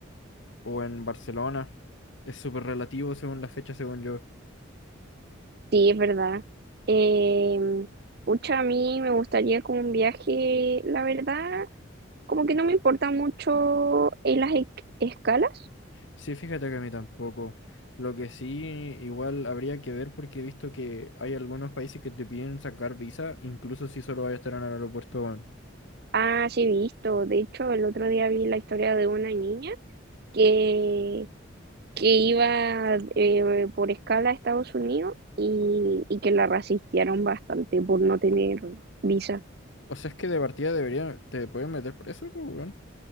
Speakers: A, on the left; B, on the right.
A: o en Barcelona. Es súper relativo según la fecha, según yo.
B: sí, es verdad. Eh, pucha, a mí me gustaría como un viaje, la verdad, como que no me importa mucho en las e- escalas.
A: Sí, fíjate que a mí tampoco. Lo que sí, igual habría que ver porque he visto que hay algunos países que te piden sacar visa, incluso si solo vas a estar en el aeropuerto, weón.
B: Ah, sí, he visto. De hecho, el otro día vi la historia de una niña que que iba eh, por escala a Estados Unidos y, y que la rasistearon bastante por no tener visa.
A: O sea, es que de partida deberían te pueden meter preso, pues, weón.